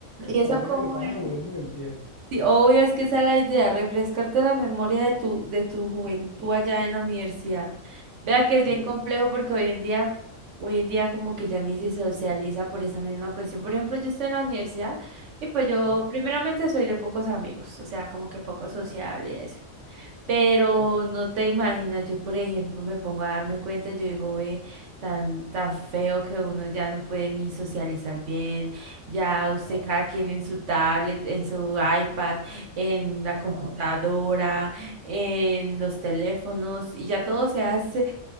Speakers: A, on the right; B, on the left.
A: ¿Y
B: parecía
A: eso cómo
B: que te estabas
A: es?
B: devolviendo en el tiempo.
A: Sí, obvio, es que esa es la idea, refrescarte la memoria de tu, de tu juventud allá en la universidad. Vea que es bien
B: Sí,
A: complejo porque hoy en día, hoy en día como que ya ni se socializa por esa misma cuestión. Por ejemplo, yo estoy en la universidad y pues yo
B: ajá,
A: primeramente soy de pocos amigos, o sea, como que poco
B: ah
A: sociable y eso. Pero
B: ok,
A: no te imaginas, yo por ejemplo me pongo a darme cuenta, yo digo, ve, tan, tan feo que uno ya no puede ni socializar bien, ya usted
B: claro,
A: cada quien en su tablet, en su iPad, en la
B: ya,
A: computadora, en los teléfonos, y ya todo se hace